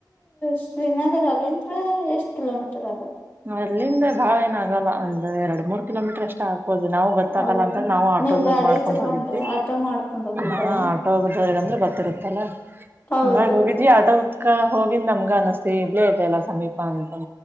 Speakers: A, on the left; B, on the right.
A: ಶ್ರೀನಗರ ಅಲ್ಲಿಂದ್ರ ಎಷ್ಟ್ ಕಿಲೋಮೀಟರ್ ಆಗುತ್ತೆ
B: ಅಲ್ಲಿಂದ ಬಾಳ ಏನ ಆಗೋಲ್ಲ ಒಂದಂದು ಎರಡು ಮೂರ್ ಕಿಲೋಮೀಟರ್ ಅಷ್ಟೇ ಆಗ ದು ನಾವು ಗೊತ್ತಾಕಲ್ಲ
A: ಹೌದ
B: ಅಂತ್ರ ನಾವು ಆಟೋದ
A: ನೀವ್ ಗಾಡಿ
B: ಮಾಡ್ಕೊಂಡ್
A: ತಗೊಂಡ್ರ
B: ಹೋಗಿದ್ವಿ
A: ಆಟೋ ಮಾಡ್ಕೊಂಡ್ ಹೋಗಿದ್ರ
B: ಹ ಆಟೋ ಂದ್ರೆ ಗೊತ್ತಿರುತ್ತಲ್ಲ
A: ಹೌದೌದು
B: ಹಂಗಾಗಿ ಹೋಗಿದ್ವಿ ಆಟದತ್ಕ ಹೋಗಿಂದ ನಮ್ಗ ಅನಸ್್ತತಿ ಇಗ್ಲೇ ತೆ ಎಲ್ಲ ಸಮೀಪ ಅಂತ